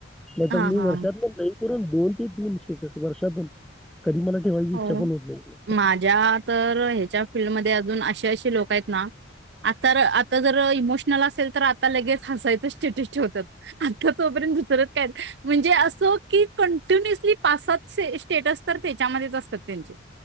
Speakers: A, in the centre; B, on the right.
A: <unintelligible> नाहीतर
B: हा
A: मी
B: हा
A: वर्षातून एक करून दोन ते तीन शिवतात वर्षातून. कधी मला ठेवायची
B: हो
A: इच्छा पण होत नाही.
B: माझ्या तर ह्याच्या फील्डमध्ये अ अशी अशी लोक आहेत ना, आता आ जर इमोशनल असेल तर आता लगेच हसायचं स्टेटस ठेवतात. आत्ता तोपर्यंत परत काय, म्हणजे अस की कंटिन्युसली पासच हे स्टेटस तर्फे. त्यामध्येच असतात त्यांचे